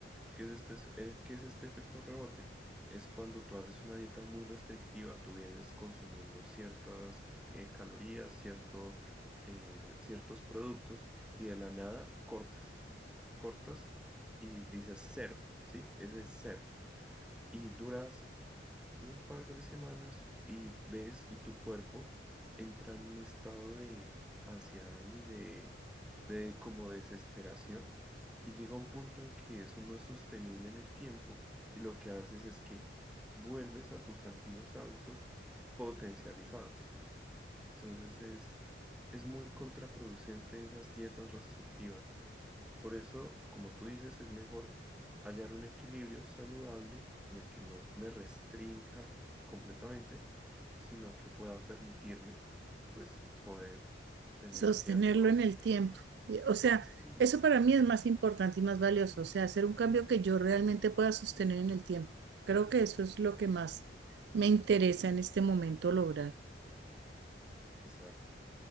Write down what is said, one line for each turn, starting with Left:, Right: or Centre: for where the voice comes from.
Centre: ¿Qué es este, es- eh, qué es este efecto rebote? Es cuando tú haces una dieta muy restrictiva, tú vienes consumiendo ciertas eh, calorías, cierto, eh, ciertos productos y de la nada cortas, cortas y dices cero, ¿sí? Ese es cero. Y duras un par de semanas y ves y tu cuerpo entra en un estado de ansiedad y de, de como desesperación y llega un punto en que eso no es sostenible en el tiempo y lo que haces es que vuelves a tus antiguos hábitos potencializados. Entonces es, es muy contraproducente esas dietas restrictivas. Por eso, como tú dices, es mejor hallar un equilibrio saludable en el que no me restrinja completamente, sino que pueda permitirme, pues, poder tener
Right: sostenerlo
Centre: ciertos...
Right: en el tiempo. Y, O sea,
Centre: Sí,
Right: eso para mí es más importante y más valioso, o sea, hacer un cambio que yo realmente pueda sostener en el tiempo. Creo que eso es lo que más me interesa en este momento lograr.
Centre: exacto.